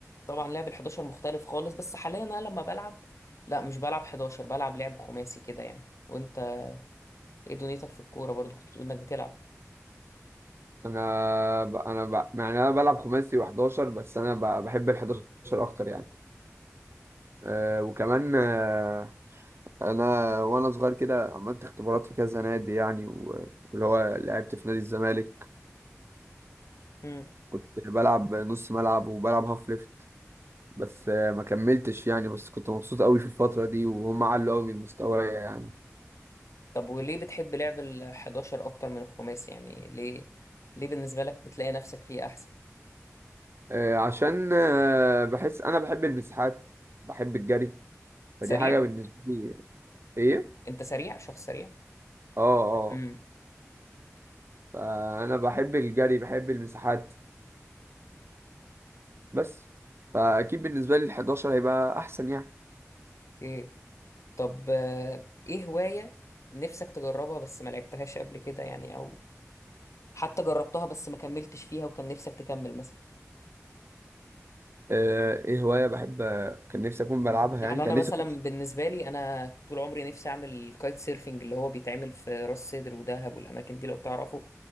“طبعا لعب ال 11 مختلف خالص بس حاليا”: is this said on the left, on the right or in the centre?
Left